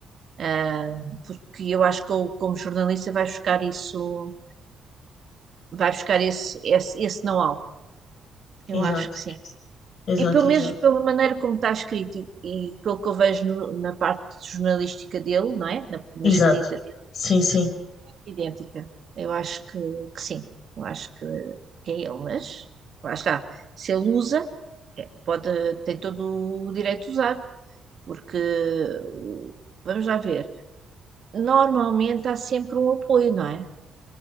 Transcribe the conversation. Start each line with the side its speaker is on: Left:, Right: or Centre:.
Right: Ah, porque eu acho que ele, como jornalista, vai buscar isso, vai buscar esse, esse, esse know-how. Eu
Left: Exato,
Right: acho que sim.
Left: exato,
Right: E pelo
Left: exato.
Right: menos pela maneira como está escrito e, e pelo que eu vejo no- na parte jornalística dele, não é? Na, na
Left: Exato.
Right: escrita,
Left: Sim, sim,
Right: idêntica. Eu acho que, que sim, eu acho que, que é ele, mas lá está. Se ele usa, pode, tem todo o direito de usar, porque o- vamos lá ver. Normalmente há sempre um apoio, não é?